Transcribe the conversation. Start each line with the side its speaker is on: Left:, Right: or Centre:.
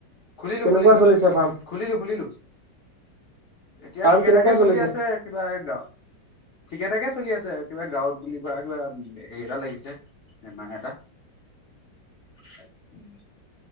Left: খুলিলো
Right: কেনেকুৱা
Left: খুলিলো
Right: চলিছে ফাৰ্ম
Left: খুলিলো খুলিলো এতিয়া
Right: ফাৰ্ম
Left: ঠিকে
Right: কেনেকুৱা
Left: ঠাকে চলি
Right: চলিছে
Left: আছে কিবা এই গাঁৱত ঠিকে ঠাকে চলি আছে কিবা গাঁৱত বুলি কোৱা কিবা হেৰি এটা লাগিছে মা এটা <unintelligible> <inaudible>